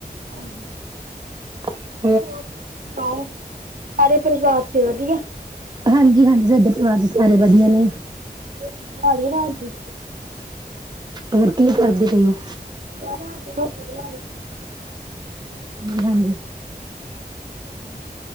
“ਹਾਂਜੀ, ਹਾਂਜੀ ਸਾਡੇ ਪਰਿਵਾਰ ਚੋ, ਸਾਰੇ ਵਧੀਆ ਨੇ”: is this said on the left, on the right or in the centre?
Right